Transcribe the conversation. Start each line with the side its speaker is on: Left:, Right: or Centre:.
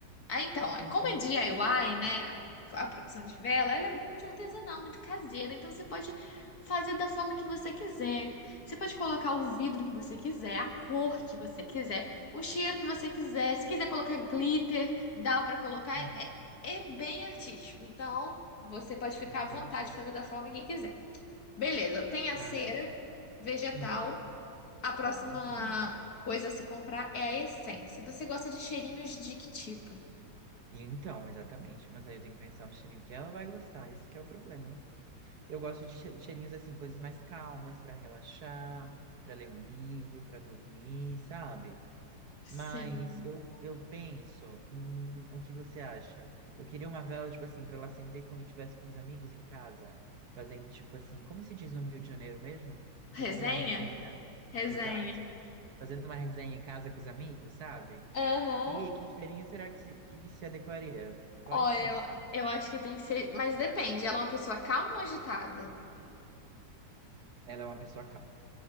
Left: Ah, então, é,
Right: Continua.
Left: como é DIY, né?
Right: Tá.
Left: A produção de vela, ela é muito artesanal, muito caseira. Então você pode fazer da forma que você quiser. Você pode colocar o vidro que você quiser, a cor que você quiser, o cheiro que você quiser. Se quiser colocar glitter, dá pra colocar.
Right: Hum,
Left: É, é bem artístico. Então você pode ficar
Right: entendi.
Left: à vontade de fazer da forma que quiser. Beleza, tem a cera
Right: Cara,
Left: vegetal.
Right: hum,
Left: A próxima
Right: tá, tem.
Left: coisa a se comprar é a essência. Você gosta de cheirinhos de que tipo?
Right: E Então, exatamente. Mas aí eu tenho que pensar no cheirinho que ela vai gostar. Esse que é o problema. Eu gosto de che- cheirinhos assim, coisas mais calmas pra relaxar, pra ler um livro, pra dormir, sabe?
Left: Sim.
Right: Mas eu, eu penso em o que você acha? Eu queria uma vela, tipo assim, pra ela acender quando eu estivesse com os amigos em casa, fazendo, tipo assim, como se diz no Rio de Janeiro mesmo?
Left: Resenha?
Right: Fazendo uma resenha.
Left: Resenha.
Right: Exato. Fazendo uma resenha em casa com os amigos, sabe?
Left: Aham.
Right: Que, que cheirinho será que se, que se adequaria? Qual
Left: Olha,
Right: a essência?
Left: lá. Eu acho que tem que ser. Mas depende, ela é uma pessoa calma ou agitada?
Right: Ela é uma pessoa calma.